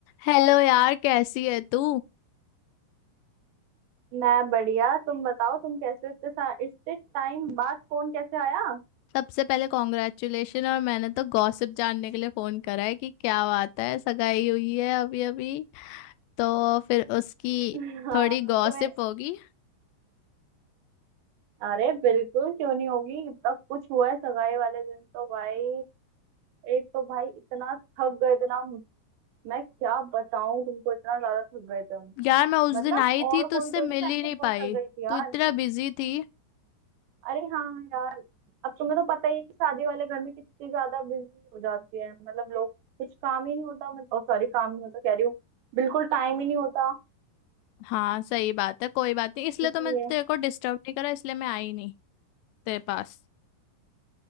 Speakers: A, on the left; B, on the right.
A: Hello यार कैसी है तू
B: मैं बढ़िया तुम बताओ तुम कैसे हो इतने सा- इतने टाइम बाद फोन कैसे आया
A: सबसे पहले कॉन्ग्रेचुलेशन और मैंने तो गॉसिप जानने के लिए फोन करा है कि क्या बात है सगाई हुई है अभी अभी तो फिर उसकी
B: <laughs> हाँ
A: थोड़ी गॉसिप
B: तुम्हें
A: होगी
B: अरे बिल्कुल क्यों नहीं होगी तब कुछ हुआ है सगाई वाले दिन तो भाई एक तो भाई इतना थक गए थे ना मैं क्या बताऊं तुमको इतना ज्यादा थक गए थे हम
A: यार मैं उस
B: मतलब
A: दिन आई
B: और
A: थी तो उससे
B: कोई तो
A: मिल
B: नहीं मैं
A: ही
B: तो
A: नहीं
B: बहुत
A: पाई
B: थक गई थी यार
A: तू इतना बिजी थी
B: अरे हाँ यार अब तुम्हें तो पता ही है कि शादी वाले घर में कितनी ज्यादा बिजी हो जाती है मतलब लोग कुछ काम ही नहीं होता मतलब सॉरी काम नहीं होता कह रही हूँ बिल्कुल टाइम ही नहीं होता
A: हाँ सही बात है कोई बात नहीं इसलिए
B: इसलिए
A: तो मैं तेरे को डिस्टर्ब नहीं करा इसलिए मैं आई नहीं तेरे पास